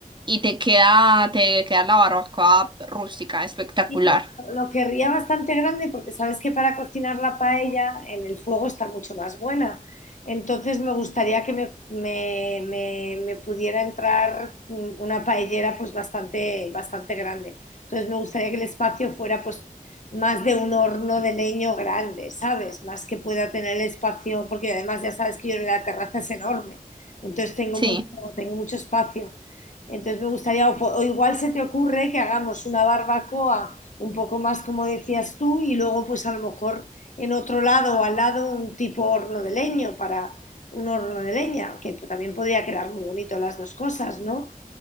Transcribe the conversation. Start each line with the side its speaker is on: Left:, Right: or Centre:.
Right: y te queda, te queda la barbacoa rústica, espectacular.
Left: Sí, Lo querría bastante grande porque sabes que para cocinar la paella en el fuego está mucho más buena. Entonces me gustaría que me, me- me- me pudiera entrar un- una paellera pues bastante, bastante grande. Entonces me gustaría que el espacio fuera pues más de un horno de leño grande, ¿sabes? Más que pueda tener el espacio, porque además ya sabes que yo en la terraza es enorme. Entonces tengo
Right: Sí.
Left: mucho, tengo mucho espacio. Entonces me gustaría, o po- o igual se te ocurre que hagamos una barbacoa un poco más como decías tú, y luego pues a lo mejor en otro lado o al lado un tipo horno de leño para un horno de leña, que también podría quedar muy bonito las dos cosas, ¿no?